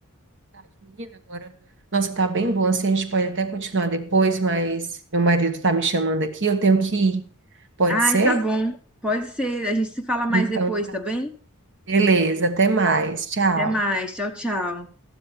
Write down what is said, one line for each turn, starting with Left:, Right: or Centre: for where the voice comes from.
Right: Tarde, Menina, agora. Nossa, tá bem bom. Assim, a gente pode até continuar depois, mas meu marido tá me chamando aqui, eu tenho que ir. Pode
Centre: Ai,
Right: ser?
Centre: tá bom. Pode ser. A gente se fala mais
Right: Então,
Centre: depois,
Right: tá.
Centre: tá bem?
Right: Beleza, até mais. Tchau.
Centre: Até mais. Tchau, tchau.